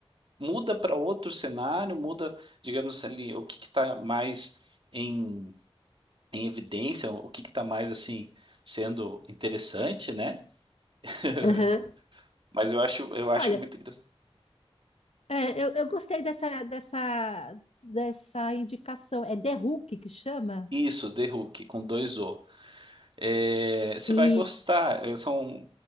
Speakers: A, on the right (about 55°); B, on the left (about 85°).
A: muda para outro cenário, muda, digamos ali, o que que tá mais em, em evidência, o que que tá mais, assim, sendo interessante, né? <laughs>
B: aham.
A: Mas eu acho, eu acho
B: Olha,
A: muito engraçado.
B: é, eu, eu gostei dessa, dessa, dessa indicação. É The Hook que chama?
A: Isso, The Hook, com dois O. É, você
B: E.
A: vai gostar. É, São,